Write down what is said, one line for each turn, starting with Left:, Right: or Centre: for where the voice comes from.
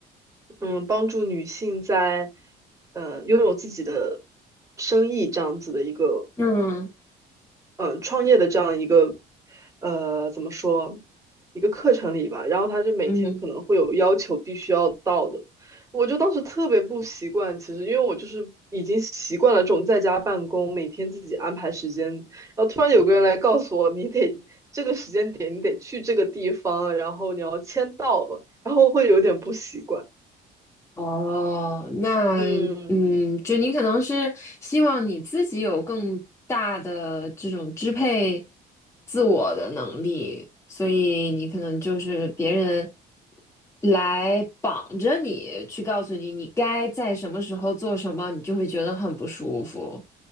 Right: 嗯，帮助女性在，呃，拥有自己的生意这样子的一个
Left: 嗯嗯嗯。
Right: 嗯，呃创业的这样一个呃怎么说一个课程里吧，然后他就每天可能会有要求必须要到的，
Left: 嗯嗯
Right: 我就当时特别不习惯，其实因为我就是已经习惯了这种在家办公，每天自己安排时间，然后突然有个人来告诉我，你得这个时间点你得去这个地方，然后你要签到，然后会有点不习惯，
Left: 哦，那嗯，
Right: 嗯。
Left: 就你可能是希望你自己有更大的这种支配自我的能力，所以你可能就是别人来绑着你去告诉你你该在什么时候做什么，你就会觉得很不舒服。